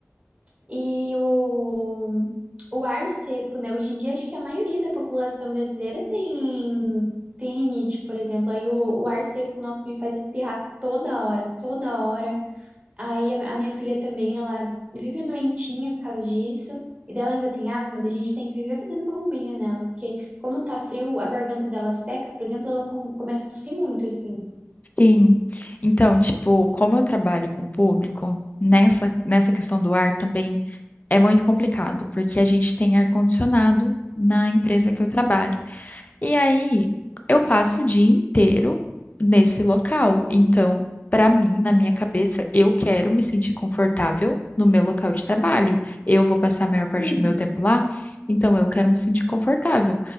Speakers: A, on the right; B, on the left.
A: E o, o ar seco, né? Hoje em dia, acho que a maioria da população brasileira tem, tem rinite, por exemplo. Aí o, o ar seco, nossa, me faz espirrar toda hora, toda hora. Aí a, a minha filha também, ela vive doentinha por causa disso. E dela ainda tem asma, da gente tem que viver fazendo bombinha nela, porque como tá frio, a garganta dela seca, por exemplo, ela com- começa a tossir muito, assim.
B: Sim. Então, tipo, como eu trabalho com público, nessa, nessa questão do ar também é muito complicado, porque a gente tem ar-condicionado na empresa que eu trabalho. E aí eu passo o dia inteiro nesse local. Então, para mim, na minha cabeça, eu quero me sentir confortável no meu local de trabalho. Eu vou passar a maior parte
A: Sim.
B: do meu tempo lá, então eu quero me sentir confortável.